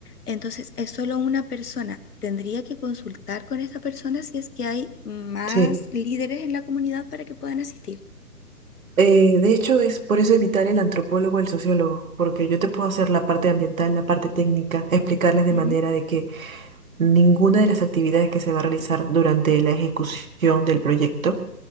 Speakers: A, on the left (about 70°); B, on the right (about 60°).
A: Entonces, es solo una persona. Tendría que consultar con esa persona si es que hay más
B: Sí.
A: líderes en la comunidad para que puedan asistir.
B: Eh, de hecho, es por eso es vital el antropólogo o el sociólogo, porque yo te puedo hacer la parte ambiental, la parte técnica, explicarles de
A: Ujú.
B: manera de que ninguna de las actividades que se va a realizar durante la ejecución del proyecto